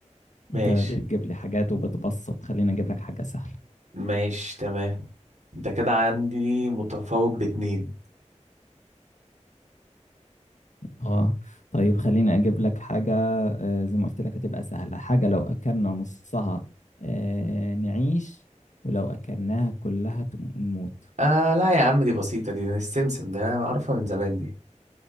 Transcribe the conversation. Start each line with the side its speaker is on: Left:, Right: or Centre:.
Right: ماشي
Left: انت بتجيب لي حاجات وبتبسط خليني اجيب لك حاجة سهلة
Right: ماشي تمام انت كده عندي متفوق باتنين
Left: اه طيب خليني اجيب لك حاجة آه، زي ما قلت لك هتبقى سهلة حاجة لو اكلنا نصها آه، نعيش ولو اكلناها كلها تم- نموت
Right: آه لا يا عم دي بسيطة دي السمسم ده معروفة من زمان دي